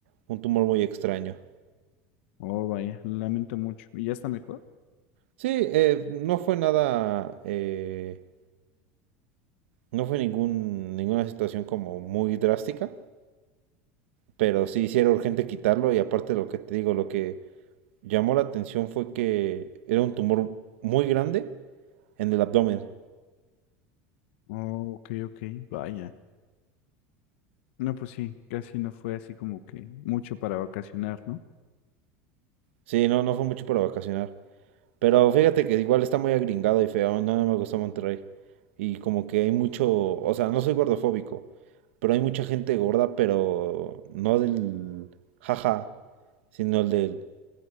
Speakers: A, on the right; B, on the left.
A: un tumor muy extraño.
B: Oh, vaya, lo lamento mucho. ¿Y ya está mejor?
A: Sí, eh, no fue nada, eh, no fue ningún, ninguna situación como muy drástica, pero sí, sí era urgente quitarlo y aparte lo que te digo, lo que llamó la atención fue que era un tumor muy grande en el abdomen.
B: Oh, ok, ok, vaya. No, pues sí, casi no fue así como que mucho para vacacionar, ¿no?
A: Sí, no, no fue mucho para vacacionar. Pero fíjate que igual está muy agringado y feo, no, no me gustó Monterrey. Y como que hay mucho, o sea, no soy gordofóbico, pero hay mucha gente gorda, pero no del jaja, sino el del,